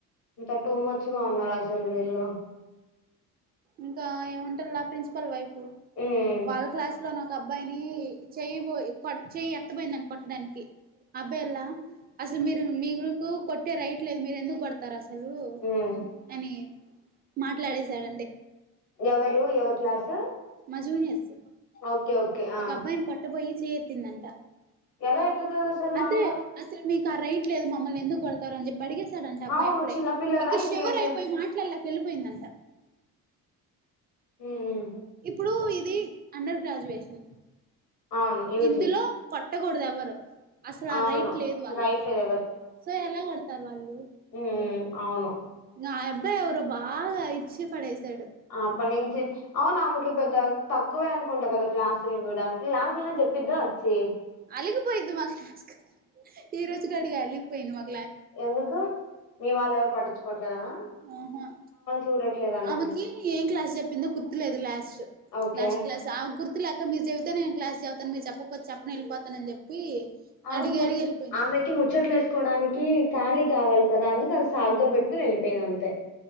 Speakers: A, on the left (about 85°); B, on the right (about 20°).
A: ఇంత టూ మచ్ గ ఉన్నారు అసలు వీళ్ళు
B: ఇంకా ఏముంటాల్ల ప్రిన్సిపల్ వైఫు
A: ఉమ్
B: వాళ్ళ క్లాస్ లో నాకు ఒక అబ్బాయిని చెయిబొయి కొ చెయి ఎత్తబయిందంట కొట్టడానికి అబ్బేలా అసలు మీరు మీకు కొట్టే రైట్ లేదు మీరు ఎందుకు కొడతారు అసలు అసలు
A: ఉమ్
B: అని మాట్లాడేసాడు
A: ఎవరు ఎవరు క్లాసు
B: మా జూనియర్స్
A: ఓకే ఓకే ఆ
B: ఒక అబ్బాయిని కొట్టబ యి చేయెత్తిందంట
A: ఎలా ఎత్తుతది అసలు
B: అదే
A: ఆమె
B: అసలు మీకు ఆ రైట్ లేదు మమ్మల్ని ఎందుకు కొడతారు అని చెప్ పడిగేశాడంట అబ్బాయి
A: అవును
B: అక్కడే
A: చిన్న పిల్లలా
B: ఇంకా
A: ఇంకేంటి
B: శవర్ అయిపోయి మాట్లాడలేక వెళ్ళిపోయిందంట
A: ఉమ్
B: ఇప్పుడు ఇది అండర్ గ్రాడ్యువేషన్
A: అవును యూజీ
B: ఇందులో కొట్టకూడదు ఎవ్వరు అసలు ఆ
A: అవును
B: రైట్ లేదు వాళ్ళకి
A: రాయట్లేదు
B: సో ఎలా కొడతారు వాళ్ళు
A: ఊ అవును
B: ఆ అబ్బాయివరు బాగా ఇచ్చి పడేశాడు
A: అప్పటి నుంచి అవునా ఆమెకి పెద్ద తక్కువే అనుకుంటా కదా క్లాసులు కూడా క్లాసులు చెప్పద్దా వచ్చి
B: అలిగిపోయింది మా క్లాస్క్ ఈ రోజు గడి అలిగిపోయింది మాకు
A: ఎందుకు మీ వాళ్ళ ఎవరు పట్టించుకోవట్లేదనా
B: ఆహా
A: చూడట్లేదనా
B: ఆమెకి ఏం క్లాస్ చెప్పిందో గుర్తులేదు లాస్ట్
A: ఓకే
B: లాస్ట్ క్లాస్ ఆ గుర్తు లేక మీరు చెబితే నేను క్లాస్ చెబతాను మీరు చెప్పకపోతే చెప్పని వెళ్ళిపోతానని చెప్పి
A: ఆమె
B: అడిగి
A: ము
B: అడిగి వెళ్ళిపోయింది
A: ఆమెకి ముచ్చట్లు వేసుకోవడానికి ఖాలి కావాలి కదా అందుకు అది సాగ్గా పెట్టుకుని వెళ్పొ ప్పేద అంతే